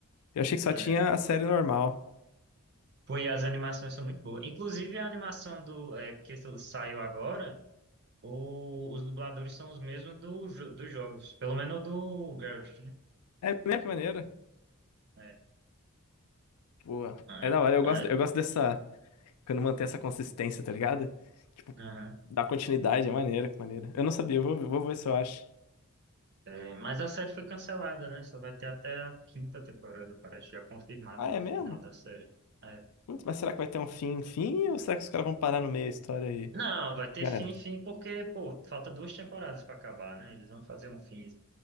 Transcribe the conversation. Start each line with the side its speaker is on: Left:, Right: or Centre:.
Left: Eu achei que só
Right: É,
Left: tinha a série normal.
Right: Pô, e as animações são muito boas. Inclusive, a animação do, é, que saiu agora, o- os dubladores são os mesmos do, jo- dos jogos. Pelo menos do Garrett, né?
Left: É mesmo que maneiro.
Right: É.
Left: Boa.
Right: Ah,
Left: É da hora, eu
Right: ah,
Left: gosto, eu gosto dessa. Quando mantém essa consistência, tá ligado? Tipo,
Right: aham.
Left: dá continuidade, é maneiro, que maneiro. Eu não sabia, eu vou, vou ver se eu acho.
Right: É, mas a série foi cancelada, né? Só vai ter até a quinta temporada, parece já confirmado
Left: Ah, é
Right: o final
Left: mesmo?
Right: da série. É.
Left: Putz, mas será que vai ter um fim, fim? Ou será que os caras vão parar no meio da história aí?
Right: Não, vai ter
Left: Já
Right: fim,
Left: era.
Right: fim, porque, pô, falta duas temporadas pra acabar, né? Eles vão fazer um fim,